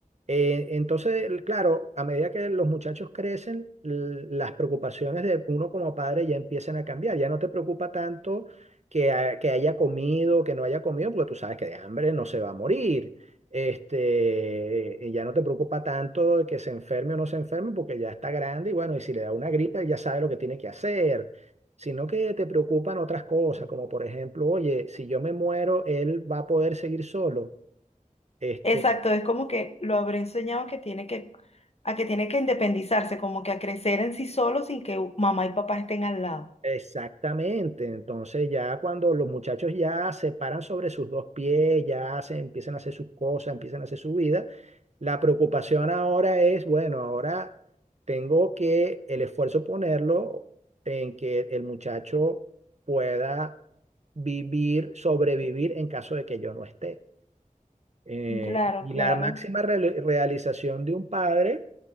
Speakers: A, on the right; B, on the left.
A: Eh, entonces, el- claro, a medida que los muchachos crecen, l- las preocupaciones de uno como padre ya empiezan a cambiar. Ya no te preocupa tanto que, ha- que haya comido, que no haya comido, porque tú sabes que de hambre no se va a morir. Este, y ya no te preocupa tanto de que se enferme o no se enferme, porque ya está grande y bueno, y si le da una gripe, ya sabe lo que tiene que hacer. Sino que te preocupan otras cosas, como por ejemplo, oye, si yo me muero, él va a poder seguir solo. este
B: exacto. Es como que lo habré enseñado a que tiene que, a que tiene que independizarse, como que a crecer en sí solo sin que u- mamá y papá estén al lado.
A: Exactamente, entonces ya cuando los muchachos ya se paran sobre sus dos pies, ya hacen, empiezan a hacer sus cosas, empiezan a hacer su vida, la preocupación ahora es, bueno, ahora tengo que el esfuerzo ponerlo en que el muchacho pueda vivir, sobrevivir en caso de que yo no esté. Eh,
B: Claro,
A: y
B: claro.
A: la máxima re- realización de un padre